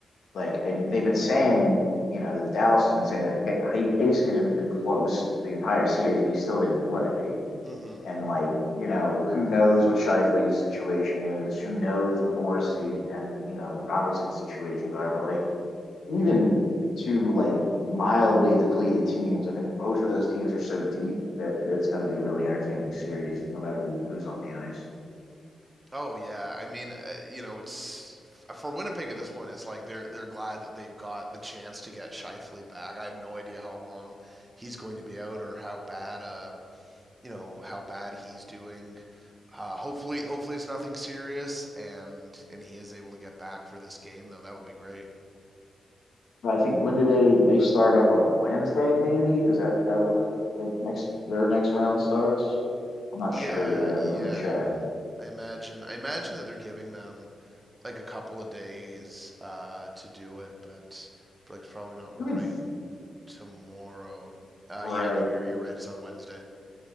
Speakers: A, on the left (about 75°); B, on the right (about 20°).
A: like I, they've been saying, you know, the Dallas has been saying that H- Haskinen has been close the entire series, but he still didn't play.
B: mm hmm
A: And like you know, who knows what Shifley's situation is? Who knows what Morrissey and you know Robertson's situations are? But like even two like mildly depleted teams. I think both of those teams are so deep that it's going to be a really entertaining series, no matter who's on the ice.
B: Oh yeah, I mean, uh, you know, it's for Winnipeg at this point. It's like they're they're glad that they've got the chance to get Shifley back. I have no idea how long he's going to be out or how bad uh, you know how bad he's doing. Uh, hopefully, hopefully it's nothing serious, and and he is able to get back for this game though. That would be great.
A: But I think when do they they start
B: Or,
A: up on Wednesday? Maybe is that that when the, next their next round starts? I'm not
B: yeah,
A: sure yet. I haven't
B: yeah.
A: really checked.
B: I imagine I imagine that they're giving them like a couple of days uh, to do it, but like it's probably not right
A: You would,
B: tomorrow. Uh,
A: right?
B: yeah, no, you're you're right. It's on Wednesday.